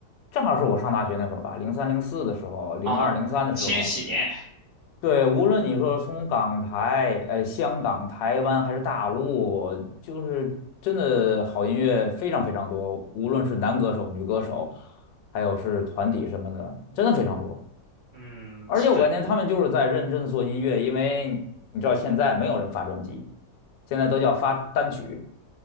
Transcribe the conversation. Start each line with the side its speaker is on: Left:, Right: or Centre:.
Left: 正好是我上大学那会儿吧，零三零四的时候，零二零三的时候，
Right: 啊！千禧年，
Left: 对，无论你说从港台、呃香港、台湾还是大陆，就是真的好音乐非常非常多，无论是男歌手、女歌手，还有是团体什么的，真的非常多。
Right: 嗯，
Left: 而且我感觉他们就是在认真做音乐，
Right: 是
Left: 因为你知道现在没有人发专辑，现在都叫发单曲，